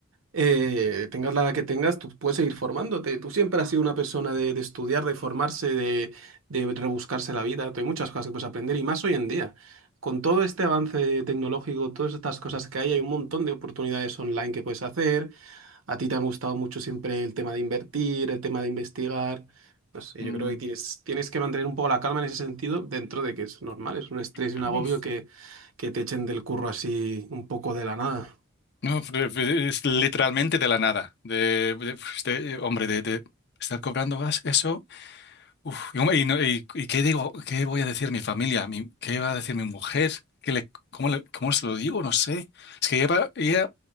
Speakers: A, on the right; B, on the left.
A: eh, tengas la edad que tengas, tú puedes seguir formándote. Tú siempre has sido una persona de, de estudiar, de formarse, de, de rebuscarse la vida. Hay muchas cosas que puedes aprender y más hoy en día. Con todo este avance tecnológico, todas estas cosas que hay, hay un montón de oportunidades online que puedes hacer A ti te ha gustado mucho siempre el tema de invertir, el tema de investigar. No sé,
B: Mm.
A: yo creo que tienes, tienes que mantener un poco la calma en ese sentido, dentro de que es normal, es un estrés
B: <laughs>
A: y un agobio que, que te echen del curro así un poco de la nada.
B: No, no, es literalmente de la nada. De, de- pues, de- hombre, de, de estar cobrando gas, eso. Uf, y, hombre, y no- y- y qué digo? ¿Qué voy a decir mi familia? Mi- ¿Qué va a decir mi mujer? ¿Qué le, cómo le- cómo se lo digo? No sé. Es que lleva, ella